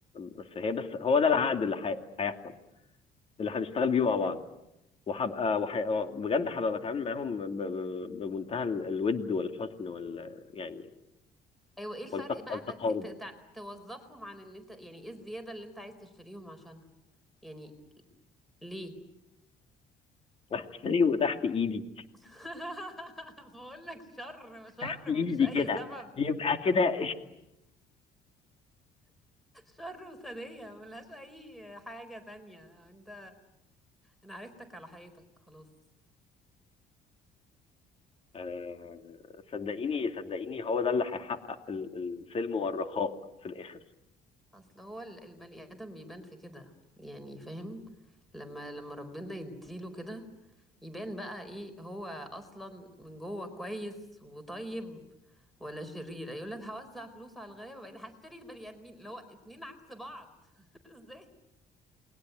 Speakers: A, on the left; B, in the centre.
A: بس هي بس هو ده العقد اللي هي- هيحصل اللي هنشتغل بيه مع بعض وهبقى وح... بجد هبقى بتعامل معاهم ب... ب... بمنتهى ال- الود والحسن وال يعني
B: ايوه ايه الفرق
A: والتق...
B: بقى
A: والتقارب
B: انك ت- ت- تع- توظفهم عن ان انت يعني ايه الزياده اللي انت عايز تشتريهم عشانها يعني ليه
A: احسني وتحت ايدي
B: <laughs> بقول لك شر شر
A: تحت ايدي
B: مفيش اي
A: كده
B: سبب
A: يبقى كده <laughs>
B: شر وسادية ملهاش اي حاجة تانية انت انا عرفتك على حقيقتك خلاص
A: آه، صدقيني صدقيني هو ده اللي هيحقق ال- السلم والرخاء في الاخر
B: اصل هو ال- البني ادم بيبان في كده يعني فاهم لما لما ربنا يديله كده يبان بقى ايه هو اصلا من جوه كويس وطيب ولا شرير يقول لك هوزع فلوس على الغلابه بقيت هشتري البني ادمين اللي هو اتنين عكس بعض <laughs> ازاي